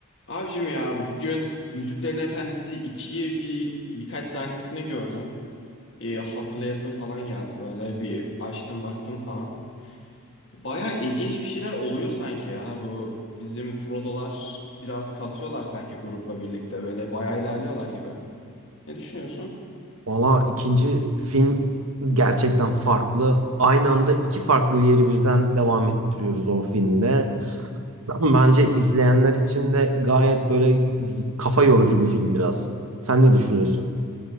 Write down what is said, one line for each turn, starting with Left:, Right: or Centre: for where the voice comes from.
Left: Abicim ya bugün Yüzüklerin Efendisi ikiyi bir birkaç sahnesini gördüm. Bir hatırlayasım falan geldi böyle bir açtım baktım falan. Baya ilginç bir şeyler oluyor sanki ya bu bizim Frodo'lar biraz kasıyorlar sanki grupla birlikte böyle baya ilerliyorlar gibi. Ne düşünüyorsun?
Right: Valla ikinci film gerçekten farklı. Aynı anda iki farklı yeri birden devam ettiriyoruz o filmde. <laughs> Ben- Bence izleyenler için de gayet böyle z- kafa yorucu bir film biraz. Sen ne düşünüyorsun?